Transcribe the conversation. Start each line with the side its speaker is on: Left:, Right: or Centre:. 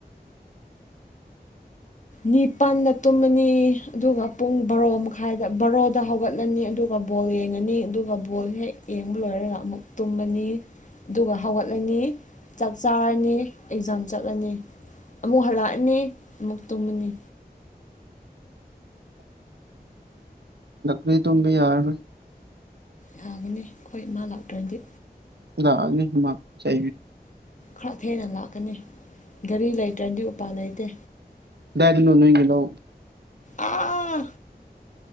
Left: ꯅꯤꯄꯥꯟꯗ ꯇꯨꯝꯃꯅꯤ ꯑꯗꯨꯒ ꯄꯨꯡ ꯕꯥꯔꯣ ꯃꯈꯥꯏꯗ ꯕꯥꯔꯣ ꯗ ꯍꯧꯒꯠꯂꯅꯤ ꯑꯗꯨꯒ ꯕꯣꯜ ꯌꯦꯡꯉꯅꯤ ꯑꯗꯨꯒ ꯕꯣꯜ ꯍꯦꯛ ꯌꯦꯡꯕ ꯂꯣꯏꯔꯒ ꯑꯃꯨꯛ ꯇꯨꯝꯃꯅꯤ ꯑꯗꯨꯒ ꯍꯧꯒꯠꯂꯅꯤ ꯆꯥꯛ ꯆꯥꯔꯅꯤ ꯑꯦꯛꯖꯥꯝ ꯆꯠꯂꯅꯤ ꯑꯃꯨꯛ ꯍꯜꯂꯛꯑꯅꯤ ꯑꯃꯨꯛ ꯇꯨꯝꯃꯅꯤ
Right: ꯔꯤ ꯇꯕꯤ ꯌꯥꯔ
Left: ꯌꯥꯒꯅꯤ ꯑꯩꯈꯣꯏ ꯃꯥ ꯂꯥꯛꯇ꯭ꯔꯗꯤ
Right: ꯂꯅꯤꯃ ꯆ
Left: ꯈꯔ ꯊꯦꯡꯅ ꯂꯥꯛꯀꯅꯤ ꯒꯥꯔꯤ ꯂꯩꯇ꯭ꯔꯗꯤ ꯎꯄꯥꯏ ꯂꯩꯇꯦ
Right: ꯗꯗꯤꯅꯣꯅꯣꯏꯒꯂ
Left: ꯑꯥ